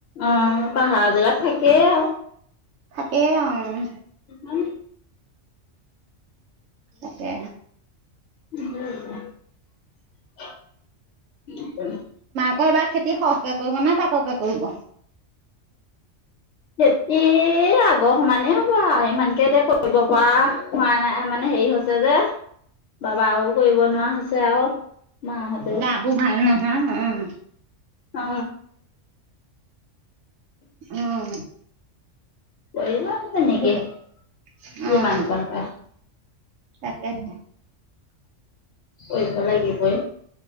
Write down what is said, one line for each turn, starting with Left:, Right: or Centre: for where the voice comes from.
Left: অ পাহাৰ জেগাত থাকেই আৰু
Right: থাকেই অ উম
Left: উম
Right: তাকে
Left: <unintelligible>
Right: আকৌ এবা খেতি সহকে কৰিব নে তাককে কৰিব?
Left: খেতি আগৰ সমানেই হ'ব আৰু ইমানকে এতিয়া কৰিব পৰা হোৱা নাই মানে, হেৰি হৈছে যে বাবা কৰিব নোৱাৰা হৈছে আৰু মাহঁতেও
Right: গাবো ভাল নহয় উম
Left: অ
Right: আহ
Left: কৰিব ক তেনেকে
Right: কথা
Left: যিমান
Right: অ',
Left: কন পায়
Right: তাকেহে
Left: কৰিব লাগিবই